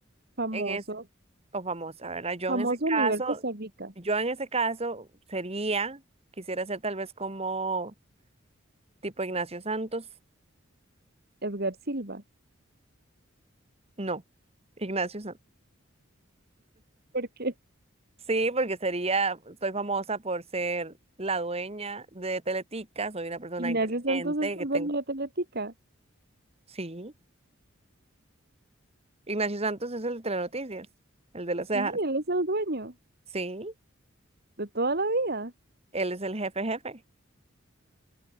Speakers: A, on the right (about 50°); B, on the right (about 30°).
A: Famoso,
B: en es- o famosa, ¿verdad? Yo
A: famoso
B: en ese caso,
A: a nivel Costa Rica,
B: yo en ese caso sería, quisiera ser tal vez como tipo Ignacio Santos.
A: Edgar Silva,
B: No, <laughs> Ignacio Santos.
A: porque
B: Sí, porque sería, soy famosa por ser la dueña de Teletica, soy
A: <laughs>
B: una persona
A: Ignacio
B: inteligente
A: Santos es
B: que
A: el
B: tengo.
A: dueño de Atletica.
B: Sí, Ignacio Santos es el de Telenoticias, el de las
A: Sí,
B: cejas.
A: él es el dueño.
B: Sí,
A: De toda la vida,
B: él es el jefe jefe.